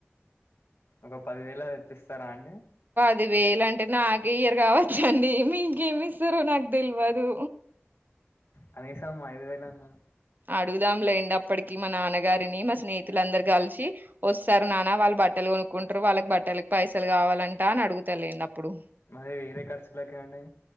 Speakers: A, on the left; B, on the right.
A: ఒక పదివేళదిప్పిస్తరా అండ్ డి
B: పది వేలు అంటే నాకే ఇయర్ గావచ్చండి మీకేమిస్తరో నాక్ తెల్వదు.
A: కనీసమ్ ఐదు వేలన్నా?
B: అడుగుదాం లేండప్పటికి మా నాన్నగారిని మా స్నేహితులు అందరు గల్షి ఒస్తారు నాన్న, వాళ్ళు బట్టలు కొనుక్కుంటరు వాళ్ళకి బట్టలకి పైసలు కావాలంట అని అడుగుతలేండప్పుడు.
A: మరి వేరే కార్చులకండి?